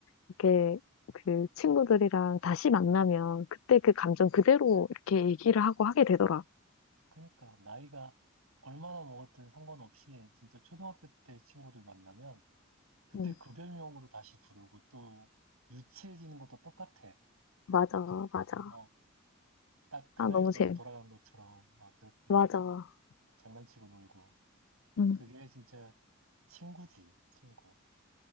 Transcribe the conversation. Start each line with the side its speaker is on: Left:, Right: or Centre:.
Left: 이렇게 그 친구들이랑 다시 만나면 그때 그 감정 그대로 이렇게 얘기를 하고 하게 되더라.
Right: 그러니까 나이가 얼마나 먹었든 상관없이 진짜 초등학교 때 친구들 만나면 그때
Left: 응.
Right: 그 별명으로 다시 부르고 또 유치해지는 것도 똑같아.
Left: 맞아, 맞아,
Right: 어, 딱 그
Left: 아,
Right: 나이대로
Left: 너무 재밌.
Right: 돌아간 것처럼 막 그렇게
Left: 맞아.
Right: 장난치고 놀고.
Left: 응.
Right: 그게 진짜 친구지, 친구.